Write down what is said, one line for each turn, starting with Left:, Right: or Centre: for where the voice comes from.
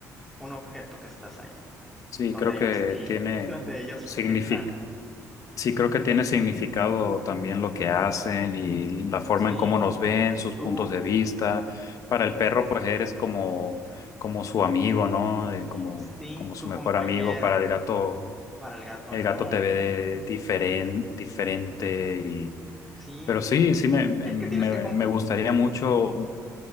Centre: un objeto que estás ahí,
Left: sí,
Centre: donde
Left: creo
Centre: ellos,
Left: que tiene
Centre: <laughs> donde ellos
Left: signific-
Centre: están.
Left: sí, creo que tiene significado también lo que hacen y la forma
Centre: Sí,
Left: en cómo nos ven, sus
Centre: tú,
Left: puntos de vista. Para el perro, pues eres como, como su amigo, ¿no? Eh, Como,
Centre: sí,
Left: como
Centre: su
Left: su mejor
Centre: compañero.
Left: amigo. Para el gato,
Centre: Para el gato
Left: el
Centre: no.
Left: gato te ve de diferen- diferente y
Centre: Sí,
Left: pero sí, sí me, me,
Centre: es que tienes que
Left: me gustaría mucho